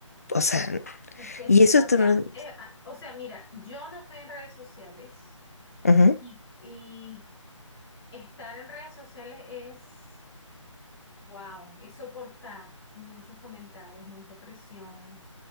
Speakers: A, on the left (about 30°); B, on the left (about 50°).
A: o sea,
B: este,
A: y eso
B: o
A: también...
B: sea, eh, ah, o sea, mira, yo no estoy en redes sociales.
A: Ujú.
B: Y, Estar en redes sociales es, wow, es soportar muchos comentarios, mucha presión.